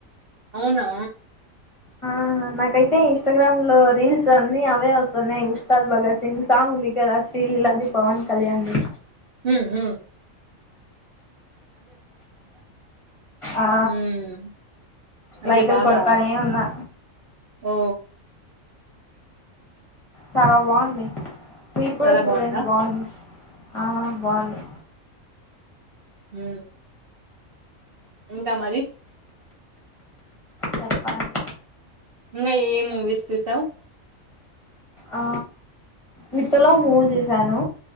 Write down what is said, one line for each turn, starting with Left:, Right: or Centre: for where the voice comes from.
Right: అవునా
Left: ఆ నాకైతే ఇన్స్టాగ్రామ్ లో రీల్స్ అన్ని అవే వస్తున్నాయి, ఇన్స్టాల్ భగత్ సింగ్ సాంగ్ ఉంది కదా శ్రీ లీలాది పవన్ కళ్యాణ్ది
Right: హ్మ్ ఆ
Left: ఆహా
Right: ఉమ్ అయితే
Left: లైకులు
Right: బాగా
Left: కొడతనే ఉన్నా
Right: ఓ
Left: చాలా బావుంది. మీరు
Right: చాలా
Left: కూడా చూడండి
Right: బాగుందా
Left: బాగుంది, ఆ బాగుంది
Right: ఉమ్ ఇంకా మరి
Left: చెప్పాలి
Right: ఇంగా ఏఏ మూవీస్ చూసావు
Left: ఆ విత్తుల మూవీ చూసాను